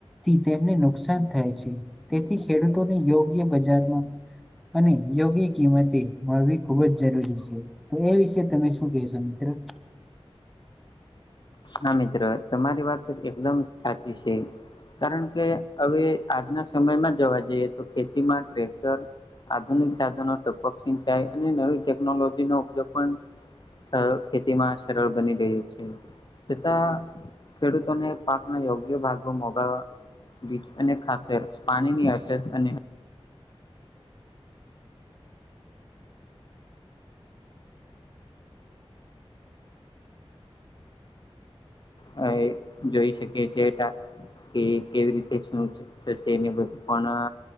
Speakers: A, in the centre; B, on the left.
A: થી તેમને નુકસાન થાય છે તેથી ખેડૂતોને યોગ્ય બજારમાં અને યોગ્ય કિંમતે મળવી ખૂબ જ જરૂરી છે એ વિશે તમે શું કહેશો મિત્રો
B: હા મિત્ર તમારી વાત તો એકદમ સાચી છે કારણ કે હવે આજના સમયમાં જોવા જઈએ તો ખેતીમાં ટ્રેક્ટર આધુનિક સાધનો ટપક સિંચાય અને નવી ટેકનોલોજીનો ઉપયોગ પણ સરળ ખેતીમાં સરળ બની રહ્યું છે છતાં ખેડૂતોને પાકના યોગ્ય ભાગમાં મોગા બીજ અને ખાતર પાણીની અછત અને હવે જોઈ શકીએ છીએ કે કેવી રીતે શું થશે અને બધું પણ